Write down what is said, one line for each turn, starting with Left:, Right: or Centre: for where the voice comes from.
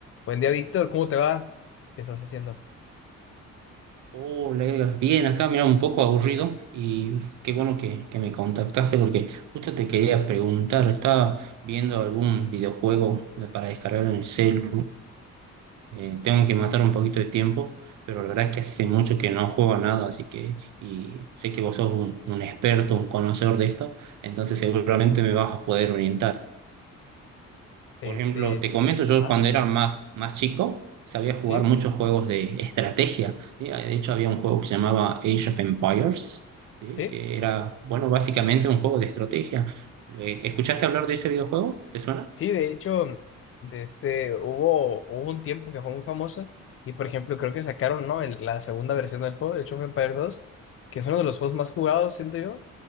Left: Buen día, Víctor. ¿Cómo te va? ¿Qué estás haciendo?
Right: Oh, Leila, bien, acá mira un poco aburrido y qué bueno que, que me contactaste porque justo te quería preguntar, estaba viendo algún videojuego de- para descargar en el celu, eh, tengo que matar un poquito de tiempo, pero la verdad es que hace mucho que no juego a nada, así que y sé que vos sos un, un experto, un conocedor de esto, entonces seguramente me vas a poder orientar.
Left: Este,
Right: Por ejemplo,
Left: es-
Right: te comento, yo
Left: ajá,
Right: cuando era más, más chico sabía jugar
Left: sí,
Right: muchos juegos de estrategia. ¿sí? De hecho, había un juego que se llamaba Age of Empires, ¿sí?
Left: sí,
Right: que era, bueno, básicamente un juego de estrategia. Eh, ¿Escuchaste hablar de ese videojuego? ¿Te suena?
Left: sí. De hecho, de este, hubo, hubo un tiempo que fue muy famoso y, por ejemplo, creo que sacaron, ¿no? el- la segunda versión del juego, el Age of Empires dos, que es uno de los juegos más jugados, siento yo.